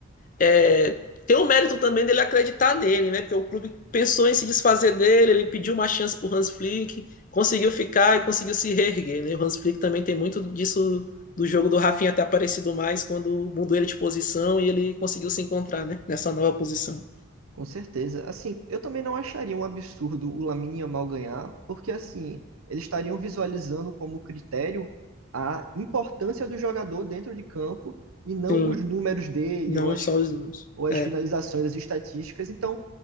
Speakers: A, on the left (about 40°); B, on the right (about 80°).
A: é, tem o mérito também dele acreditar nele, né? Porque o clube pensou em se desfazer dele, ele pediu uma chance pro Hans Flick, conseguiu ficar e conseguiu se reerguer, né? O Hans Flick também tem muito disso do jogo do Rafinha ter aparecido mais quando mudou ele de posição e ele conseguiu se encontrar, né? Nessa nova posição.
B: Com certeza. Assim, eu também não acharia um absurdo o Lamine Yamal ganhar, porque assim, eles estariam visualizando como critério a importância do jogador dentro de campo e não
A: Sim,
B: os números dele
A: não
B: ou as,
A: só os números.
B: ou as
A: É.
B: finalizações, as estatísticas. Então,